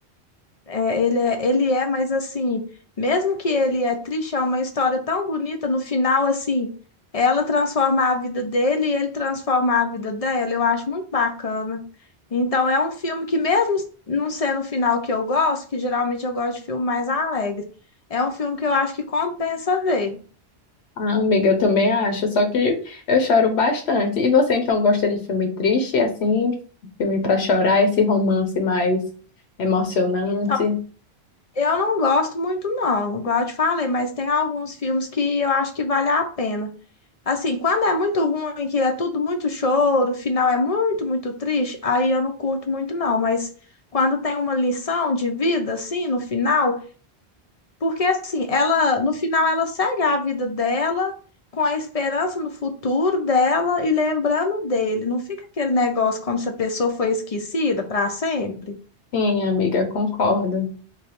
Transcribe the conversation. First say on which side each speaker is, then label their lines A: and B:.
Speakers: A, on the left; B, on the left.
A: É, ele é, ele é, mas assim, mesmo que ele é triste, é uma história tão bonita. No final, assim, ela transformar a vida dele e ele transformar a vida dela. Eu acho muito bacana. Então, é um filme que, mesmo não sendo o final que eu gosto, que geralmente eu gosto de filme mais alegre, é um filme que eu acho que compensa ver.
B: Ah, amiga, eu também acho, só que eu choro bastante. E você então gosta de filme triste, assim, filme para chorar, esse romance mais emocionante?
A: Então, Eu não gosto muito, não, igual eu te falei, mas tem alguns filmes que eu acho que vale a pena. Assim, quando é muito ruim, que é tudo muito choro, o final é muito, muito triste, aí eu não curto muito, não. Mas quando tem uma lição de vida, assim, no final, porque assim, ela, no final, ela segue a vida dela com a esperança no futuro dela e lembrando dele. Não fica aquele negócio como se a pessoa foi esquecida para sempre.
B: Sim, amiga, concordo.